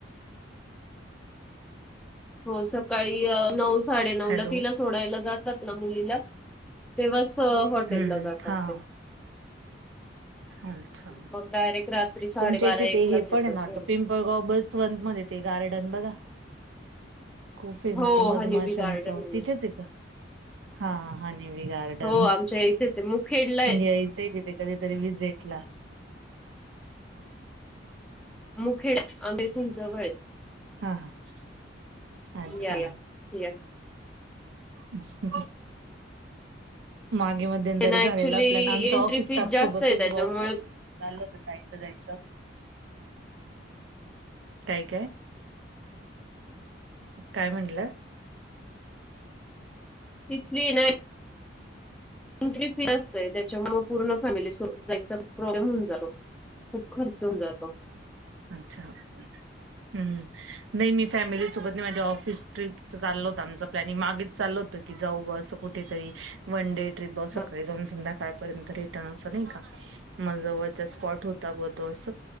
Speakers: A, in the centre; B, on the right (about 80°).
A: हो सकाळी अ नऊ साडेनऊला
B: हॅलो
A: तिला सोडायला जातात ना मुलीला. तेव्हाच हॉटेलला
B: हम्म
A: जातात
B: हां
A: ते.
B: अच्छा,
A: मग डायरेक्ट रात्री साडेबारा
B: तुमच्या इथे
A: एक
B: ते
A: लाच
B: हे पण
A: येतात
B: आहे ना आता
A: घरी.
B: पिं पळगाव बसवंत मध्ये ते गार्डन बघा. खूप फेमस
A: हो
B: आहे मधमाशांच
A: हनीबी गार्डन
B: तिथेच
A: ना.
B: आहे का? हा हनी बी गार्डन
A: हो आमच्या इथेच आहे मुखेडला आहे.
B: यायचंय तिथे तरी विजेटला.
A: मुखेड आम इथून जवळय.
B: हा हा
A: आहे
B: अच्छा.
A: या या या.
B: <inaudible> मागे मध्यंतरी
A: त्यांना
B: झालेला
A: ऍक्च्युली
B: प्लॅन आमच्या
A: एंट्री
B: ऑफिस
A: फीस
B: स्टाफ
A: जास्त
B: सोबतच
A: आहे त्याच्यामुळे
B: ब अस. चाल होत जायचं जायचं काय काय. काय म्हणलं.
A: तिथली नाही. एंट्री फी असतय त्याच्यामुळे पूर्ण फॅमिली जायचा प्रॉब्लेम होऊन जातो. खूप खर्च होऊन जातो.
B: अच्छा. नाही मी फॅमिलीसोबत नाही माझ ऑफिस ट्रपच चाललं होतं आमचा प्लॅनि मागेच चाल होत की जाऊ असं. कुठेतरी वन डे ट्रीप बस सकाळी
A: हा.
B: जाऊन संध्याकाळपर्यंत मग अस नाही का जवळ स्पॉट होता तो अस